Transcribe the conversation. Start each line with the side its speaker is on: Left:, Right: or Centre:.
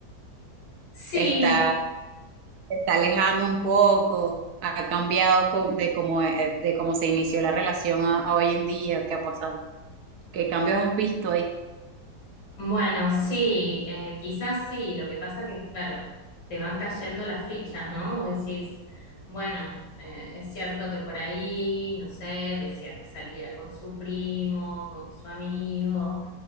Left: Sí,
Right: está se está alejando un poco, ha cambiado co- de cómo, eh, de cómo se inició la relación a, a hoy en día, qué ha pasado, qué cambios has visto ahí.
Left: Bueno, sí, eh, quizás sí, lo que pasa que, claro, te van cayendo las fichas, ¿no? Vos decís, bueno, eh, es cierto que por ahí, no sé, decía que salía con su primo, con su amigo,